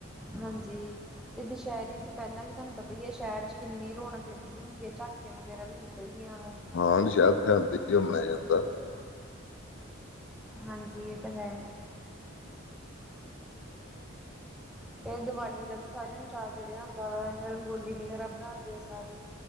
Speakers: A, in the centre; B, on the left.
A: ਹਾਂਜੀ, ਤੇ ਦੁਸਹਿਰੇ ਤੋਂ ਪਹਿਲਾਂ ਵੀ ਤੁਹਾਨੂੰ ਪਤਾ ਈ ਐ, ਸ਼ਹਿਰ ਚ ਕਿੰਨੀ ਰੌਣਕ ਲੱਗੀ ਹੁੰਦੀ ਐ, ਝਾ ਝਾਕੀਆਂ ਵਗੈਰਾ ਵੀ ਨਿਕਲਦੀਆਂ ਫੇਰ।
B: ਹਾਂ, ਵੀ ਸ਼ਹਿਰ-ਸ਼ਹਿਰ ਦੀ ਘੁੰਮਿਆ ਜਾਂਦਾ।
A: ਹਾਂਜੀ, ਇਹ ਤਾਂ ਹੈ। ਫਿਰ, ਦੀਵਾਲੀ ਦਾ ਵੀ ਸਾਰਿਆਂ ਨੂੰ ਚਾਅ ਚੜਿਆ ਹੁੰਦਾ ਵਾ। ਰੰਗੋਲੀ ਵਗੈਰਾ ਬਣਾਉਂਦੇ ਆ ਸਾਰੇ।